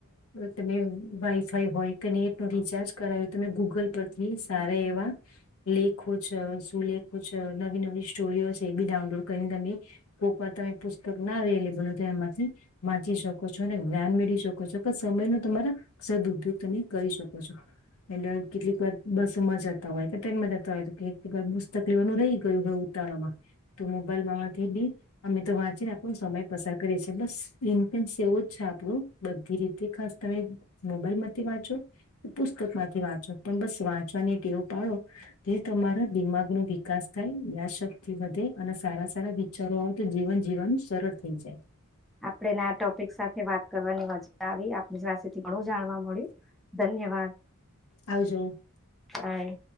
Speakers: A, on the left; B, in the centre.
A: તમે વાઈફાઈ હોય કે નેટ નો રિચાર્જ કરાવો તમે ગૂગલ પરથી સારા એવા લેખો છો સુલેખો છ નવી નવી સ્ટોરીઓ છે એ બી ડાઉનલોડ કરીને તમે કોઈક વાર તમે પુસ્તક ના અલેબલ હો તો એમાંથી વાંચી શકો છો અને જ્ઞાન મેળવી શકો છો કે સમય ન તમારા સદઉદયોગ તમે કરી શકો છો એટલે કેટલીક વાર બસ માં જતા હોય કે ટન માં જતા હોય તો કેક વાર પુસ્તક લેવાનું રહી ગયું હોય ઉતાળામાં તો મોબાઈલમાં અમે તો વાંચીને આપણો સમય પસાર કરીએ છેી બસ ઇન્ એવો છે આપણું બધી રીતે ખાસ તમે મોબાઈલ માંથી વાંચો પુસ્તક માંથી વાંચો પણ બસ વાંચવાની એક એવું પાળો જે તમારા દિમાગ નો વિકાસ થાય વ શક્તિ વધે અને સારા સારા શરૂ હો તો જીવન જીવાનું સરળ થઈ જાય
B: આપડેને આ ટોપિક સાથે વાત કરવાની મજા આવી આપની <unintelligible> ઘણું જાણવા મળ્યું ધન્યવાદ
A: આવજો
B: હાય